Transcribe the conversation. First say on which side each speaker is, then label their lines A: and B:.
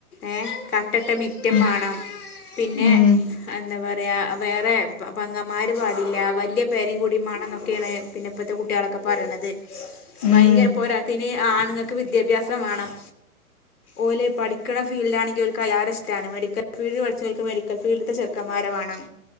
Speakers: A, on the left; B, on the left.
A: ഏഹ് കട്ടയിട്ട മിറ്റം
B: ഉം
A: വേണം പിന്ന
B: ഉം
A: എന്താ പറ വേറെ പെങ്ങന്മാർ പാടില്ല വലിയ പെരേം കൂടി മാണം എന്നൊക്കെയാണ് പിന്നെ ഇപ്പോഴത്തെ കുട്ടികളൊക്കെ പറയണത്
B: ഉം
A: ഭയങ്കര പോരാത്തതിന് ആണുങ്ങൾക്ക് വിദ്യാഭ്യാസം വേണം ഓല് പഠിക്കണ ഫീൽഡ് ആണെങ്കിൽ ഓല്ക്ക് അയാടെ ഇഷ്ടമാണ് മെഡിക്കൽ ഫീൽഡിൽ പഠിച്ചവർക്ക് മെഡിക്കൽ ഫീൽഡിത്തെ ചെറുക്കൻമാരേ വേണം